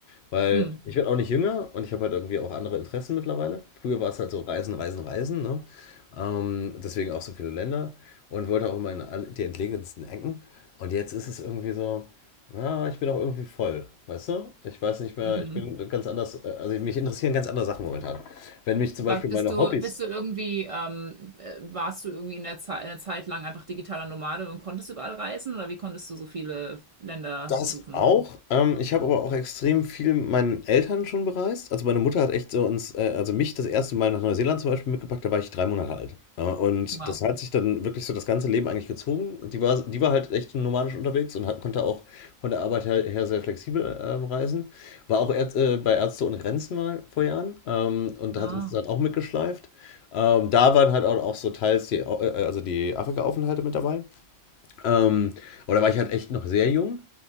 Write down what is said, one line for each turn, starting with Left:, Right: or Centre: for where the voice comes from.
Left: Weil
Right: Hm,
Left: ich werde auch nicht jünger und ich habe halt irgendwie auch andere Interessen mittlerweile. Früher war es halt so Reisen, Reisen, Reisen, ne? Ähm, deswegen auch so viele Länder und wollte auch immer in alle- die entlegensten Ecken. Und jetzt ist es irgendwie so, ja, ich bin auch irgendwie voll, weißt du? Ich weiß nicht mehr,
Right: mhm.
Left: ich bin ganz anders, äh, also mich interessieren ganz andere Sachen momentan. Wenn mich zum Beispiel
Right: Was bist
Left: meine
Right: du,
Left: Hobbys,
Right: bist du irgendwie, ähm, äh, warst du irgendwie in der Zeit, eine Zeit lang einfach digitaler Nomade und konntest überall reisen oder wie konntest du so viele Länder
Left: Das
Right: besuchen?
Left: auch. Ähm, ich habe aber auch extrem viel mit meinen Eltern schon bereist. Also meine Mutter hat echt so uns, äh, also mich das erste Mal nach Neuseeland zum Beispiel mitgepackt, da war ich drei Monate alt. Äh, und
Right: Wow.
Left: das hat sich dann wirklich so das ganze Leben eigentlich gezogen. Die war, die war halt echt nomadisch unterwegs und hat, konnte auch von der Arbeit her, her sehr flexibel ähm, reisen. War auch Ärz- äh, bei Ärzte ohne Grenzen mal vor Jahren ähm, und
Right: Ah,
Left: hat uns dann auch mitgeschleift. Ähm, da waren halt auch, auch so teils die, Au- äh, also die Afrika-Aufenthalte mit dabei. Ähm, aber da war ich halt echt noch sehr jung.